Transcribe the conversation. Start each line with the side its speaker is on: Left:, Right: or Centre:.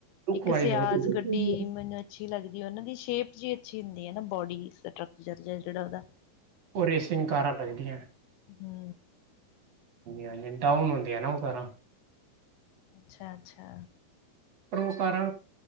Right: ਲੁੱਕ
Left: ਇੱਕ
Right: ਵਾਈਜ਼
Left: ਸਿਆਜ
Right: ਵਧੀਆ
Left: ਗੱਡੀ ਮ ਅੱਛੀ ਲੱਗਦੀ ਉਹਨਾਂ ਦੀ ਸ਼ੇਪ ਜਿ ਅੱਛੀ ਹੁੰਦੀ ਹੈ ਨਾ ਬੋਡੀ ਸਕਚਰ ਜਿਹੜਾ ਉਹਦਾ
Right: ਉਹ ਰੇਸਿੰਗ ਕਾਰਾਂ ਲੱਗਦੀਆਂ
Left: ਹੂ
Right: ਹਾਂਜੀ ਹਾਂਜੀ ਡਾਊਨ ਹੁੰਦੀ ਆ ਨਾ ਉਹ ਕਰਾ
Left: ਅੱਛਾ ਅੱਛਾ।
Right: ਪਰ ਉਹ ਕਾਰਾ